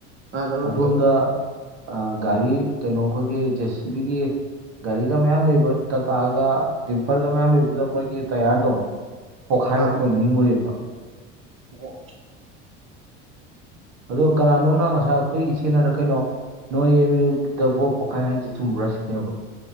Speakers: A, on the right (about 35°); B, on the right (about 70°).
A: ꯑꯥ ꯂꯧꯔꯣꯛꯇꯣ
B: ꯑꯗꯣꯝꯗ꯫ ꯑ ꯒꯥꯔꯤ ꯀꯩꯅꯣ ꯑꯩꯈꯣꯏꯒꯤ ꯖꯦꯁꯤꯕꯤꯒꯤ ꯒꯥꯔꯤꯒ ꯃꯌꯥꯝ ꯂꯩꯕ ꯇꯥꯇꯥꯒ ꯗꯤꯝꯄꯔꯒ ꯃꯌꯥꯝ ꯂꯩꯕꯗꯨꯗ ꯃꯣꯏ ꯒꯤ ꯇꯌꯥꯔꯗꯣ ꯄꯣꯛꯈꯥꯏꯔꯛꯄ
A: ꯑꯥ
B: ꯅꯤꯡꯉꯨꯔꯦꯕ꯫
A: ꯑꯣ꯫
B: ꯑꯗꯨꯗꯤ ꯑ ꯀꯅꯥꯅꯣꯝꯅ ꯉꯁꯥꯏ ꯑꯩꯈꯣꯏ ꯏꯆꯦꯅꯅ ꯀꯩꯅꯣ꯫ ꯅꯣꯏ ꯑꯦꯝ ꯌꯨꯗ ꯕꯣ ꯄꯣꯛꯈꯥꯏ ꯍꯥꯏꯁꯤ ꯆꯨꯝꯕ꯭ꯔꯁꯤꯅꯦꯕ꯫